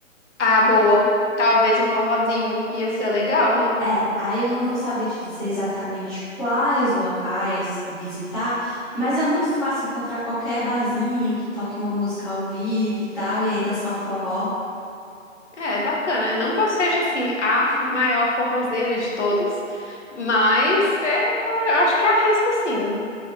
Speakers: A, on the left; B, in the centre.
A: Ah, boa. Talvez um forrozinho ia ser legal, né?
B: É, aí eu não vou saber te dizer exatamente quais locais visitar, mas é muito fácil encontrar qualquer barzinho que toque uma música ao vivo e tal, e aí dançar um forró.
A: É, bacana. Não que eu seja assim a f- maior forrozeira de todas, mas é, pa- eu acho que arrisco sim.